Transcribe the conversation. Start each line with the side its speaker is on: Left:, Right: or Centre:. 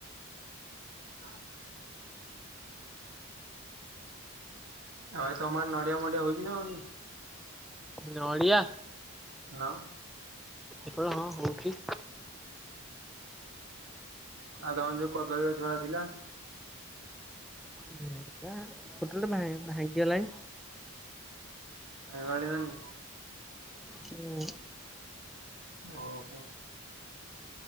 Right: <inaudible> ଭାଇ ତମର ନଡ଼ିଆ ମଡିିଆ ହଉଛି ନା ହଉନି
Centre: ନଡ଼ିଆ
Right: ଆଉ
Centre: ଏପଟ ହଁ ହଉଛି
Right: ଆଉ ତମର ଯୋଉ କଦଳୀ ଗଛ ଗୁଡ଼ା ଥିଲା
Centre: ସ୍କୁଟି ଗୋଟେ ଭା ଭାଙ୍ଗି ଗଲାଣି
Right: <unintelligible>
Centre: ହୁଁ
Right: ଓହୋ